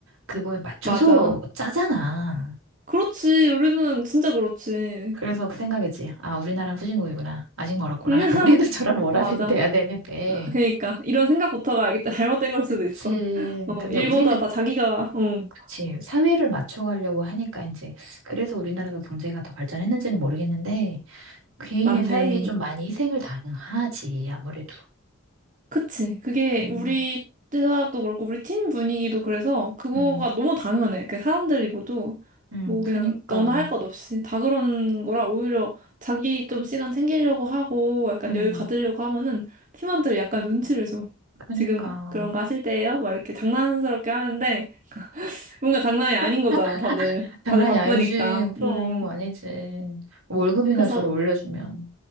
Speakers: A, on the right; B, on the right.
A: 그거에 맞춰서
B: 맞아.
A: 짜잖아.
B: 그렇지. 우리는 진짜 그렇지.
A: 그래서 그 생각했지 아, 우리나라는 후진국이구나. 아직 멀었구나.
B: <laughs>
A: <laughs> 우리는 저런 워라밸이
B: 맞아.
A: 돼야 되는데.
B: 아, 그러니까 이런 생각부터가 알겠다. 잘못된 걸
A: 그치.
B: 수도 있어. 어,
A: 근데
B: 일보다
A: 우리는,
B: 다 자기가 어,
A: 그치. 사회를 맞춰가려고 하니까 이제, 그래서 우리나라가 경제가 더 발전했는지는 모르겠는데, 개인의
B: 맞네.
A: 삶이 좀 많이 희생을 당하지, 아무래도.
B: 그치. 그게
A: 음,
B: 우리 회사도 그렇고 우리 팀 분위기도 그래서 그거가
A: 음,
B: 너무 당연해. 그 사람들이 모두
A: 음,
B: 뭐 그냥
A: 그니까,
B: 너나 할 것 없이 다 그러는 거라 오히려 자기 좀 시간 챙기려고 하고 약간
A: 음.
B: 여유 가지려고 하면은 팀원들이 약간 눈치를 줘.
A: 그니까.
B: 지금 그런 거 하실 때예요? 막 이렇게 장난스럽게 하는데 뭔가 장난이 아닌
A: <laughs>
B: 거잖아, 다들.
A: 장난이
B: 다들 바쁘니까.
A: 아니지. 그럼,
B: 음,
A: 아니지. 월급이나
B: 그래서,
A: 잘 올려주면.